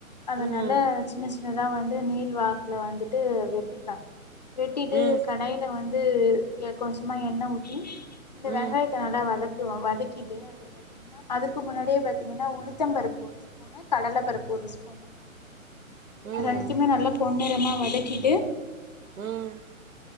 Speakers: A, on the left; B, on the right.
A: அத
B: ம்
A: நல்ல சின்ன சின் னதா வந்து நீல் வாக்குல வந்துட்டு வெட்டிப்பே வெட்டிட்டு
B: ம்
A: கடாய்ல வந்து து எ கொஞ்சமா எண்ண ஊத்தி இந்த
B: ம்
A: வெங்காயத்த நல்லா வதக்குவ வதக்கிட்டு அத ப பாத்தீங்கன்னா அதுக்கு முன்னாடியே பாத்திங்கன்னா உளுத்த பருப்பு, ஒரு ஸ்பூனு கடல பருப்பு ஒரு ஸ்பூனு
B: ம்
A: ரெண்டுத்துமே நல்லா பொன்னிறமா வதக்கிட்டு
B: ம்